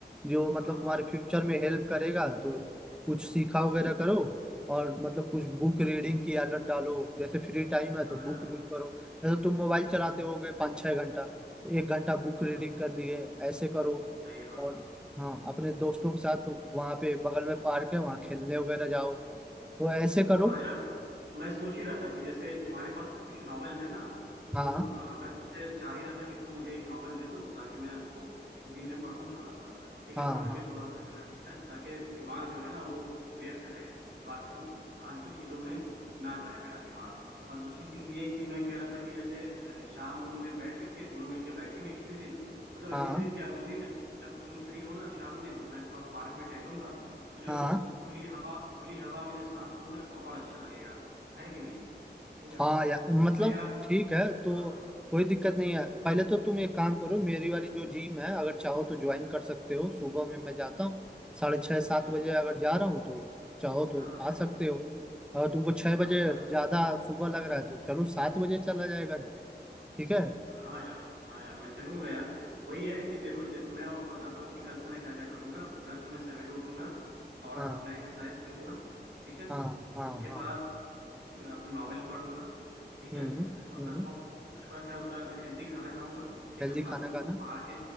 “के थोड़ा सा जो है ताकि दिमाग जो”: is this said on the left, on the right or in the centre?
Right